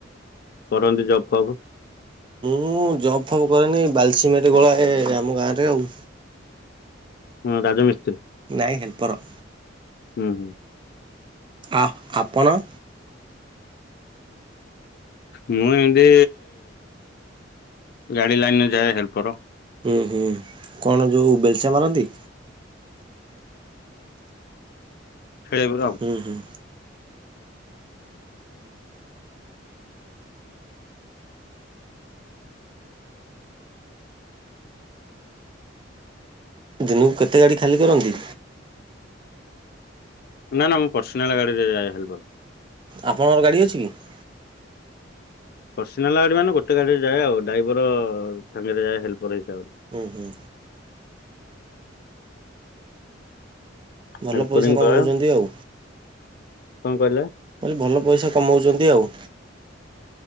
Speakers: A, on the left (about 55°); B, on the right (about 25°).
A: କରନ୍ତି ଜବ୍ ବଡ଼?
B: ମୁଁ ଜବ୍ ଫବ୍ କରେନି ବାଲିସିମେଟ୍ ଗୋଳାଏ ଆମ ଗାଁରେ ଆଉ।
A: ହଁ ରାଜମିସ୍ତ୍ରୀ?
B: ନାଇଁ ହେଲ୍ପର।
A: ହୁଁ ହୁଁ।
B: ଆ ଆପଣ?
A: ମୁଁ ଏମତି ଗାଡି ଲାଇନ୍ ରେ ଯାଏ ହେଲ୍ପର।
B: ହୁଁ ହୁଁ କଣ ଯୋଉ ବେଲଚା ମାରନ୍ତି?
A: <inaudible>
B: ହୁଁ ହୁଁ। ଦିନକୁ କେତେ ଗାଡି ଖାଲି କରନ୍ତି?
A: ନା ନା ମୁଁ ପର୍ସନାଲ ଗାଡି ରେ ଯାଏ ହେଲ୍ପର।
B: ଆପଣଙ୍କର ଗାଡି ଅଛି କି?
A: ପର୍ସନାଲ ଗାଡି ମାନେ ଗୋଟେ ଗାଡିରେ ଯାଏ ଆଉ ଡ୍ରାଇଭର ସାଙ୍ଗରେ ଯାଏ ହେଲ୍ପର ହେଇକି ଆଉ।
B: ଓ ହୋ। ଭଲ
A: ହେଲ୍ପରିଙ୍ଗି
B: ପଇସା କମଉଛନ୍ତି
A: କରେ କଣ
B: ଆଉ।
A: କହିଲେ?
B: କହିଲି ଭଲ ପଇସା କମଉଚନ୍ତି ଆଉ।